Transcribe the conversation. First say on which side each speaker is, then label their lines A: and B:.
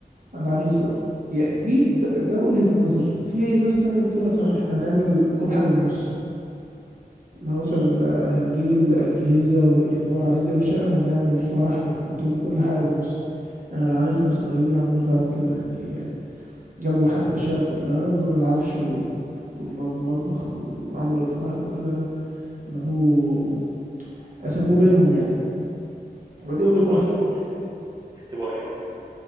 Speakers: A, on the right; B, on the right.
A: على العريس برضو يعني دي ده, ده وجهة نظر في ناس تانية بتقولك
B: امم
A: لا احنا هنعمل كل حاجة بالنص لو مثلا
B: امم
A: لا، هنجيب الأجهزة و... يعني هو العريس جاب الشقة هنعمل الفرح بالخطوبة كل حاجة بالنص آه، عارف ناس قريبة عملوا فعلا كده يعني جابوا حاجة الشقة كلها اللي هو العفش و- والمطبخ وعملوا الفرح كل ده عملوه قسموه بينهم يعني ودي
B: وطب
A: وجهة
B: عندكم
A: نظري
B: بتكتبوا قائمة